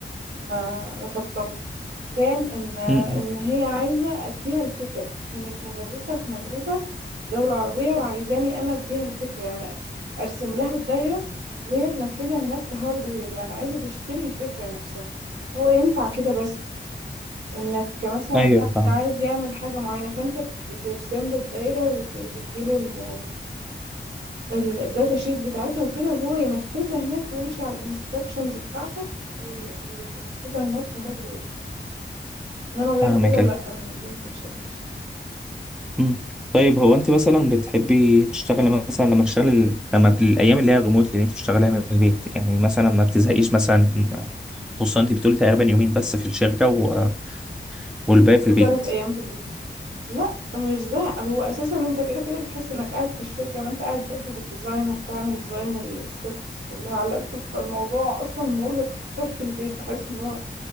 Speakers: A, on the right; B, in the centre.
A: ما رفضتها كان إن
B: م- م.
A: إن هي عايزة أديها الفكرة كانت مدرسة في مدرسة في دولة عربية وعايزاني أنا أديها الفكرة يعني أرسم لها الدايرة وهي تنفذها هناك كهاردوير يعني عايزة تشتري الفكرة نفسها هو ينفع كده بس إنك مثلا
B: ايوه
A: حد
B: فاهم
A: عايز يعمل حاجة معينة فأنت بترسم له الدايرة وت- وتديله ال- ال- الداتا شيت بتاعتها وكده وهو ينفذها هناك ويمشي على الانستراكشنز بتاعتك وي- وينفذها هناك كهاردوير انما غير
B: فاهمك
A: كده لا
B: ايوه
A: أنا الدنيا مش هتمشي
B: مم. طيب هو انت مثلا بتحبي تشتغلي مثلا لما تشتغلي لما الايام اللي هي ريموت اللي انت بتشتغليها من البيت يعني مثلا ما بتزهقيش مثلا خصوصا انت بتقولي تقريبا يومين بس في الشركه و... والباقي في
A: وثلاث
B: البيت
A: ايام في البيت لا مش زهق هو اساسا انت كده كده بتحس انك قاعد في الشركه ما انت قاعد برضو بالديزاين وبتعمل ديزاين ال- السيركتس كلها على اللابتوب فالموضوع اصلا مرهق اكتر في البيت بحس ان هو